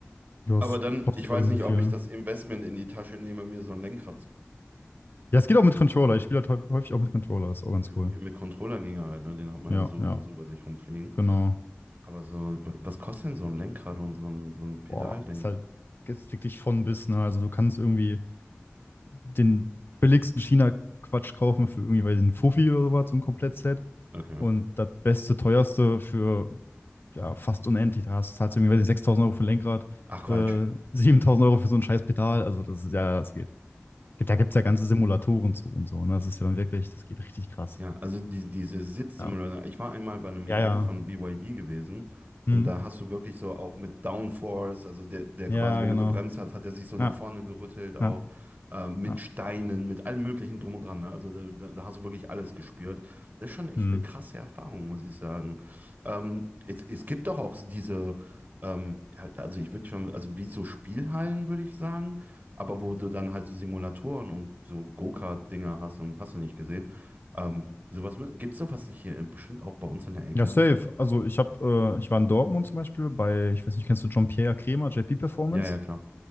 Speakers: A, on the left (about 50°); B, on the right (about 40°).
A: ja,
B: Aber
A: es
B: dann,
A: kostet,
B: ich weiß
A: glaube ich, nur
B: nicht,
A: so
B: ob
A: viel.
B: ich
A: Ne?
B: das Investment in die Tasche nehme, mir so ein Lenkrad zu.
A: Ja, es geht auch mit Controller. Ich spiele halt häu- häufig auch mit Controller, ist auch ganz
B: Ja,
A: cool.
B: okay, mit Controller ginge halt, ne? Den hat man
A: Ja,
B: ja so
A: ja,
B: oder so bei sich rumfliegen.
A: genau.
B: Aber so, wa- was kostet denn so ein Lenkrad und so ein, so ein Pedalding?
A: Boah, ist halt jetzt wirklich von bis, ne? Also du kannst irgendwie den billigsten China-Quatsch kaufen für irgendwie, weiß ich, einen Fuffi oder sowas, so ein Komplettset.
B: Okay.
A: Und das beste, teuerste für ja, fast unendlich. Da hast, zahlst du irgendwie, weiß nicht, 6.000 Euro für ein Lenkrad,
B: Ach Quatsch.
A: äh, <laughs> 7.000 Euro für so ein scheiß Pedal. Also das ist ja, das geht. Gibt,
B: Okay.
A: da gibt es ja ganze Simulatoren zu und so. Ne? Das ist ja dann wirklich, das geht richtig krass.
B: Ja, also die, diese Sitzsimulation.
A: Ja,
B: Ich war einmal bei einem
A: ja,
B: Event
A: ja.
B: von BYD gewesen und
A: Hm.
B: da hast du wirklich so auch mit Downforce, also der, der
A: Ja,
B: quasi, wenn
A: genau.
B: du gebremst hast, hat er sich so nach
A: Ja,
B: vorne gerüttelt, auch
A: ja,
B: äh, mit
A: ja.
B: Steinen, mit allem Möglichen drum und dran. Ne? Also da, da, da hast du wirklich alles gespürt. Das ist schon echt
A: Hm.
B: eine krasse Erfahrung, muss ich sagen. Ähm, es, es gibt doch auch diese, ähm, ja, also ich würde schon, also wie so Spielhallen, würde ich sagen. Aber wo du dann halt so Simulatoren und so Go-Kart-Dinger hast und hast du nicht gesehen. Ähm, sowas gibt es doch was nicht hier, bestimmt auch bei uns in der Ecke?
A: Ja, safe. Also ich habe, äh, ich war in Dortmund zum Beispiel bei, ich weiß nicht, kennst du Jean-Pierre Kremer, JP Performance?
B: Ja, ja, klar.